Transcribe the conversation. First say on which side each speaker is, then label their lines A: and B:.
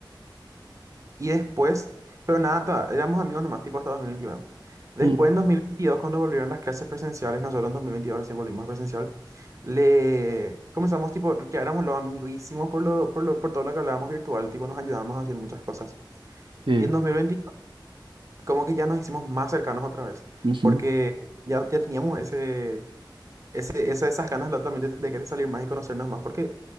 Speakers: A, on the right; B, on the right.
A: Y después, pero nada, ta- éramos amigos nomás, tipo hasta dos mil veintiuno Después,
B: mm,
A: en 2022 cuando volvieron las clases presenciales, nosotros en 2022 recién volvimos presencial, le comenzamos, tipo, ya éramos los amiguísimos por, lo, por, lo, por todo lo que hablábamos virtual, tipo, nos ayudábamos a hacer muchas cosas.
B: sí,
A: Y en 2022 como que ya nos hicimos más cercanos otra vez,
B: ujú,
A: porque ya, ya teníamos ese, ese, esa- esas ganas lo- también de, de, de salir más y conocernos más, porque,